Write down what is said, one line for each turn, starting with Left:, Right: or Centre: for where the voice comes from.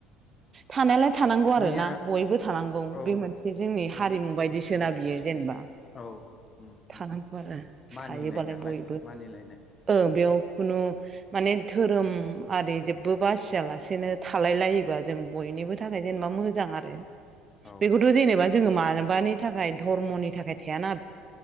Right: थाना लाय थानांगौ आरोना
Left: मैया
Right: बयबो थानांगौ
Left: औ
Right: बे मोनसे जोंनि
Left: बयबो
Right: हारिमु बायदिसोना
Left: उम
Right: बियो जेनेबा
Left: औ उम उम
Right: थानांगौ आरो
Left: मानिनाय
Right: थायोबालाय
Left: नालाय
Right: बयबो
Left: मानिलायनाय
Right: ओ बेयाव खुनु माने धोरोम आरि जेबो बासियालासेनो थालाय लायोबा जों बय इनिबो थाखाय जेनेबा मोजां आरो।
Left: औ
Right: बेखौथ' जेनेबा जोंङो मारबानि थाखाय धर्मनि थाखाय थायाना